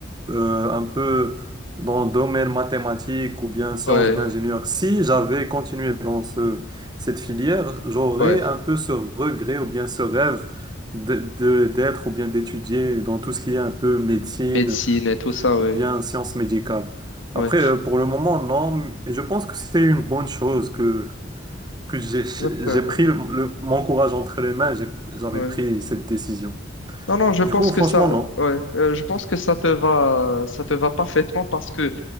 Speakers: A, on the right (about 20°); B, on the left (about 80°).
A: euh, un peu dans le domaine mathématique ou bien sciences
B: Ouais,
A: d'ingénieur. Si j'avais continué dans ce, cette filière, j'aurais
B: ouais.
A: un peu ce regret ou bien ce rêve de, de- d'être ou bien d'étudier dans tout ce qui est un peu médecine
B: Médecine et tout ça, ouais.
A: ou bien sciences médicales.
B: Ouais,
A: Après, euh, pour le moment, non, et je pense que c'est une bonne chose que que j'ai
B: exactement.
A: j'ai pris le, le- mon courage entre les mains, j'ai- j'avais
B: Ouais.
A: pris cette décision.
B: Non, non, je pense
A: Du coup,
B: que
A: franchement,
B: ça,
A: non.
B: ouais, euh, je pense que ça te va, ça te va parfaitement parce que